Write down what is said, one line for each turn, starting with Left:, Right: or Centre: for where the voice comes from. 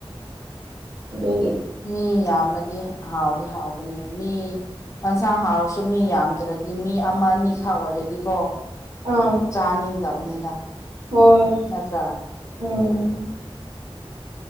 Right: ꯑꯗꯨꯒꯤ
Left: ꯃꯤ ꯌꯥꯝꯃꯗꯤ ꯍꯥꯎꯗꯤ ꯍꯥꯎꯕꯅꯤꯅ ꯃꯤ ꯅꯟꯁꯥ ꯍꯥꯎꯔꯁꯨ ꯃꯤ ꯌꯥꯝꯗ꯭ꯔꯗꯤ ꯃꯤ ꯑꯃ ꯑꯅꯤꯈꯥ ꯑꯣꯏꯔꯗꯤꯀꯣ
Right: ꯑꯥ
Left: ꯆꯥꯅꯤꯡꯗꯕꯅꯤꯗ
Right: ꯍꯣꯏ
Left: ꯅꯠꯇ꯭ꯔꯥ
Right: ꯎꯝ